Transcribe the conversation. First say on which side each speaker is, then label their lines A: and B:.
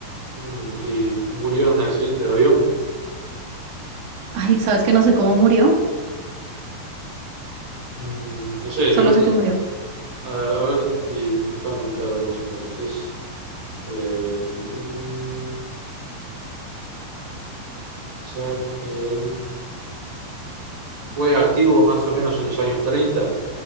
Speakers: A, on the right (about 40°); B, on the right (about 80°).
A: Mm, y murió en un accidente de avión.
B: Ay, ¿sabes que no sé cómo murió?
A: Mm, no sé, igual,
B: Solo sé que murió.
A: a, a ver, y déjame preguntar otra cosa entonces. Es, eh, mm, pensar, em, fue activo más o menos en los años 30